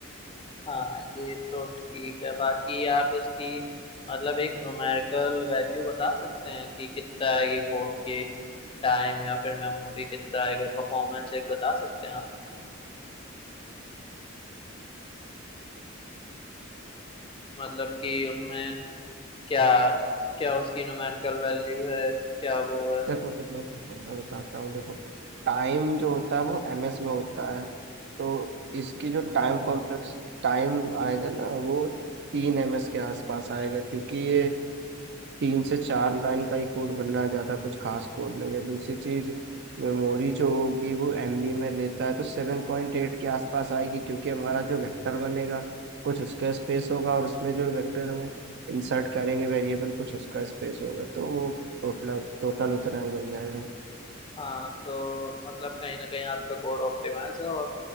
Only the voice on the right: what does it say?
देखो तो मैं तुम्हें बताता हूँ देखो टाइम जो होता है वो एम एस में होता है तो इसकी जो टाइम कॉम्प्लेक्स टाइम आएगा ना वो तीन एम एस के आसपास आएगा क्योंकि ये तीन से चार लाइन का ही कोड बन रहा है ज़्यादा कुछ खास कोड नहीं है दूसरी चीज़ मेमोरी जो होगी वो एमबी में लेता है तो सेवन पॉइंट एट के आसपास आएगी क्योंकि हमारा जो वेक्टर बनेगा कुछ उसका स्पेस होगा और उसमें जो वेक्टर में इंसर्ट करेंगे वेरिएबल कुछ उसका स्पेस होगा तो वो टोटल टोटल उतना ही बन जाएगा